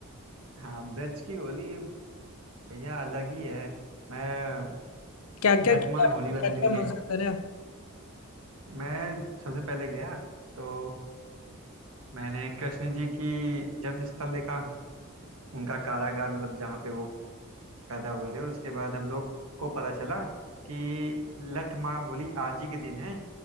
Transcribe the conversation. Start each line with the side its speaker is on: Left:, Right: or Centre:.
Right: हाँ ब्रज की होली भैया अलग ही है मैं
Left: क्या क्या
Right: लठमार
Left: किया
Right: होली वाले
Left: क्या क्या
Right: दिन गया
Left: मजा करा
Right: मैं सबसे पहले गया तो मैंने कृष्ण जी की जन्म स्थल देखा उनका कारागार मतलब जहाँ पे वो पैदा हुए थे उसके बाद हम लोग को पता चला कि लठमार होली आज ही के दिन है